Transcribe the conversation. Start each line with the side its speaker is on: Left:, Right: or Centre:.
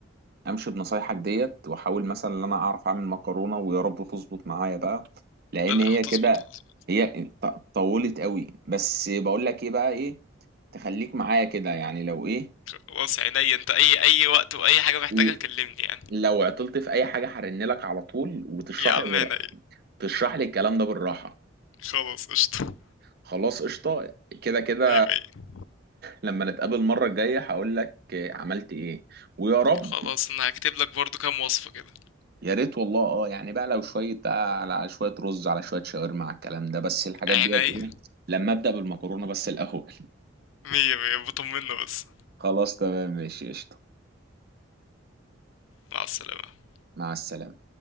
Right: امشي بنصايحك ديت واحاول مثلا ان انا اعرف اعمل مكرونه ويا رب تظبط معايا بقى لان
Left: لا لا
Right: هي
Left: هتظبط
Right: كده
Left: هتظبط
Right: هي ط- طولت قوي بس بقول لك ايه بقى ايه تخليك معايا كده يعني لو ايه
Left: خلاص عينيا انت اي اي وقت واي حاجه محتاجها
Right: ل-
Left: كلمني يعني
Right: لو عطلت في اي حاجه هرن لك على طول وتشرح
Left: يا عم
Right: لي بر...
Left: عينيا
Right: تشرح لي الكلام ده بالراحه
Left: خلاص قشطه
Right: خلاص قشطه كده كده
Left: مية مية
Right: لما نتقابل المره الجايه هقول لك عملت ايه ويا رب
Left: خلاص انا هكتب لك برضو كام وصفه كده
Right: يا ريت والله اه يعني بقى لو شويه بقى على على شويه رز على شويه شاورما على الكلام ده بس الحاجات
Left: عينيا
Right: ديت ايه لما ابدا بالمكرونه بس الاول
Left: مية مية بطمنا بس
Right: خلاص تمام ماشي قشطه
Left: مع السلامه
Right: مع السلامه